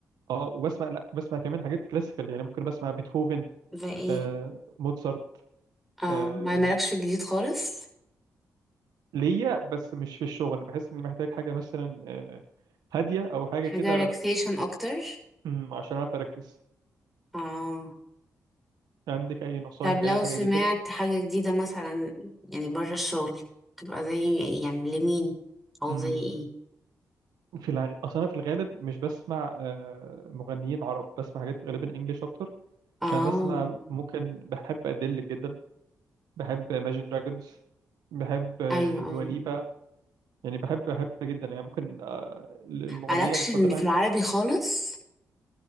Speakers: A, on the right; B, in the centre.
A: اه وبسمع لا بسمع كمان حاجات كلاسيكال يعني ممكن بسمع بيتهوفن
B: زي ايه
A: آه موتسارت
B: اه
A: آه،
B: ما مالكش في الجديد خالص
A: ليا بس مش في الشغل بحس اني محتاج حاجه مثلا آه، هاديه او حاجه
B: حاجة
A: كده
B: ريلاكسيشن اكتر
A: مم، عشان اعرف اركز
B: اه
A: عندك اي نصايح
B: طب
A: لاي
B: لو
A: حاجه
B: سمعت
A: زي كده
B: حاجة جديدة مثلا يعني بره الشغل تبقى زي يعني لمين او
A: مم،
B: زي ايه
A: في الع... اصلا في الغالب مش بسمع آه، مغنيين عرب بسمع حاجات غالبا انجليش اكتر
B: اه
A: فبسمع ممكن بحب أدل جدا بحب Imagine Dragons بحب
B: ايوه
A: دواليبا
B: ايوه
A: يعني بحب بحب جدا يعني ممكن آه، المغنية
B: مالكش
A: المفضلة
B: في
A: عندي
B: العربي خالص